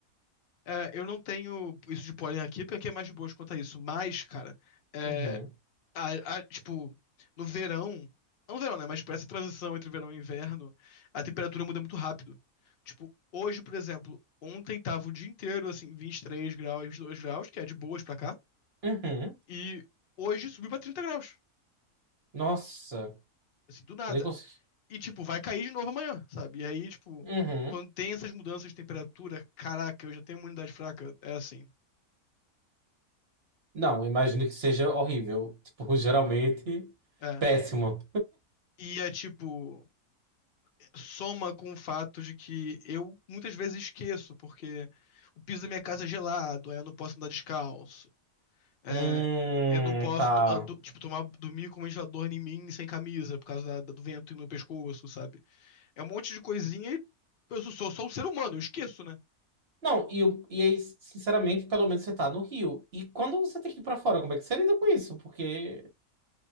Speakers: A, on the left; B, on the right.
A: É, eu não tenho isso de pólen aqui porque é mais de boas quanto a isso. Mas, cara, é,
B: Uhum.
A: a- a- tipo, no verão, não no verão, né? Mas tipo, essa transição entre verão e inverno, a temperatura muda muito rápido. Tipo, hoje, por exemplo, ontem tava o dia inteiro, assim, 23 graus, e 22 graus, que é de boas pra cá,
B: Uhum.
A: e hoje subiu pra 30 graus,
B: Nossa,
A: assim, do nada.
B: eu nem consigo.
A: E, tipo, vai cair de novo amanhã, sabe? E aí, tipo,
B: Uhum.
A: quando tem essas mudanças de temperatura, caraca, eu já tenho imunidade fraca, é assim.
B: Não, eu imagino que seja horrível. Tipo, <laughs> geralmente
A: É.
B: péssimo.
A: E é tipo, soma com o fato de que eu muitas vezes esqueço, porque o piso da minha casa é gelado, aí eu não posso andar descalço. É,
B: Hum,
A: eu não posso,
B: tá.
A: to- ah, do- tipo, tomar, dormir com um ventilador em mim sem camisa, por causa da- da- do vento e no pescoço, sabe? É um monte de coisinha e eu sou, sou só um ser humano, eu esqueço, né,
B: Não, e, o- e aí, sinceramente, pelo menos você tá no Rio. E quando você tem que ir pra fora, como é que você lida com isso? Porque